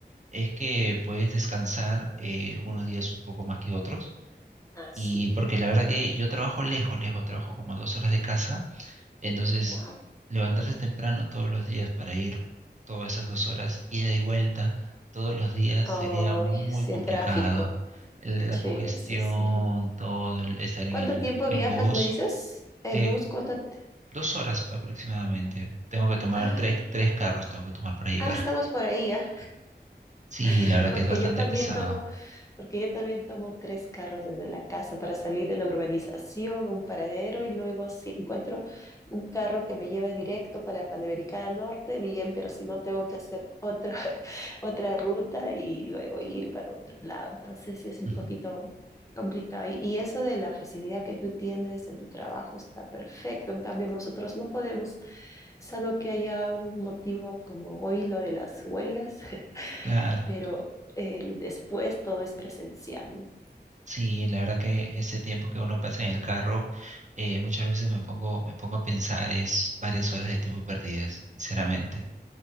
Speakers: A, on the right; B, on the left.
A: es que puedes descansar eh, unos días un poco más que otros.
B: Así
A: Y
B: es.
A: porque la verdad que yo trabajo lejos, lejos, trabajo como a dos horas de casa. Entonces,
B: Wow.
A: levantarse temprano todos los días para ir todas esas dos horas, ida y vuelta, todos los días
B: Ay,
A: sería muy
B: sí,
A: complicado.
B: el tráfico.
A: El- La
B: Sí,
A: congestión,
B: sí, sí.
A: todo, el estar en
B: ¿Cuánto
A: el,
B: tiempo
A: en
B: viajas,
A: el bus,
B: me dices? ¿El
A: eh,
B: bus? ¿Cuánto? te-
A: dos horas aproximadamente. Tengo que tomar
B: Ah,
A: tres, tres carros, tengo que tomar para llegar.
B: ah, estamos
A: <laughs>
B: por ahí, ¿ah?
A: Sí,
B: <laughs>
A: la verdad
B: Porque
A: que es bastante
B: yo también
A: pesado.
B: tomo porque yo también tomo tres carros desde la casa para salir de la urbanización a un paradero y luego si encuentro un carro que me lleve directo para la Panamericana Norte, bien, pero si no tengo que hacer otra, <laughs> otra ruta y luego ir para otro lado. Entonces es un
A: Ujú.
B: poquito complicado. Y, y eso de la facilidad que tú tienes en tu trabajo está perfecto. En cambio, nosotros no podemos, salvo que haya un motivo como hoy lo de las huelgas, <laughs>
A: Claro.
B: pero el después todo es presencial, ¿no?
A: Sí, la verdad que ese tiempo que uno pasa en el carro, eh, muchas veces me pongo, me pongo a pensar, es varias horas de tiempo perdidas, sinceramente.